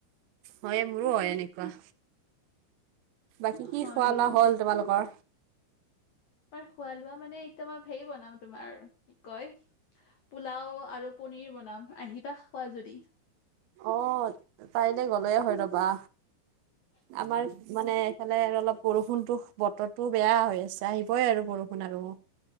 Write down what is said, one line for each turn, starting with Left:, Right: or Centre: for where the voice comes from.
Right: হয়ে মোৰোঁ হয় এনেকুৱা। বাকী কি
Left: হয়
Right: খোৱা
Left: হয়
Right: লোৱা হ'ল তোমালোকৰ?
Left: তোমাৰ খোৱা লোৱা মানে একদম আৰ হেৰি বনাম তোমাৰ কি কয়? পোলাও আৰু পনীৰ বনাম আহিবা খাৱা যদি?
Right: অ, কাইলে গ'লোৱে হয় ৰবা।
Left: <inaudible>
Right: আমাৰ মানে এইফালে আৰু অলপ বৰষুণতো বতৰটো বেয়া হৈ আছে, আহিবই আৰু বৰষুণ আৰু।